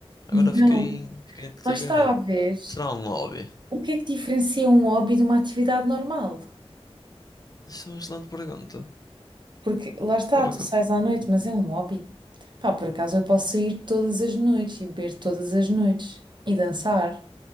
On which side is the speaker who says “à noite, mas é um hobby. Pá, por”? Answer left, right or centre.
Right